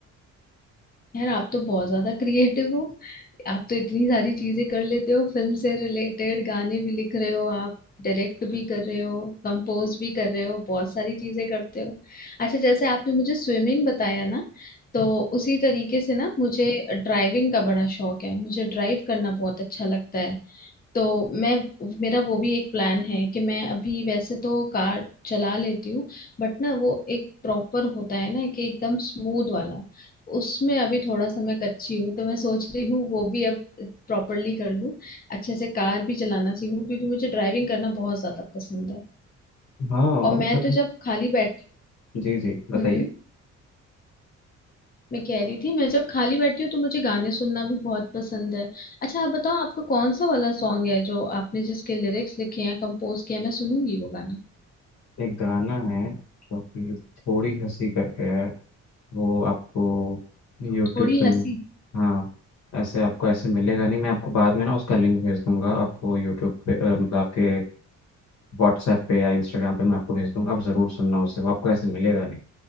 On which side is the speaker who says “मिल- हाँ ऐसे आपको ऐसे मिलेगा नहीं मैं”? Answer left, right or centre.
Left